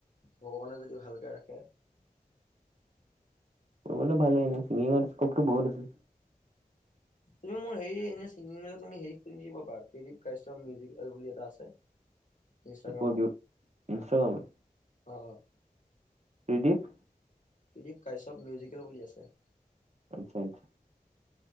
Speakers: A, on the left (about 60°); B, on the right (about 50°).
A: ভগৱানে যদি ভালকে ৰাখে।
B: কৰিবলে ভালে। এনেও ছিংগিঙত ইস্ক'পটো বহুত আছে।
A: তুমি মোৰ হেৰি এনে <unintelligible> ত‌‍ তুমি হেৰি খুুলি দিব পাৰা। ত্ৰিদিপ কাশ্যপ মিউজিকেল বুলি এটা আছে। ইনষ্টাগ্ৰামত
B: টো <unintelligible> ইনষ্টাগ্ৰামত?
A: অ' - অ'।
B: ত্ৰিদীপ?
A: ত্ৰিদীপ কাশ্যপ মিউজিকেল বুলি আছে।
B: আচ্ছা - আচ্ছা।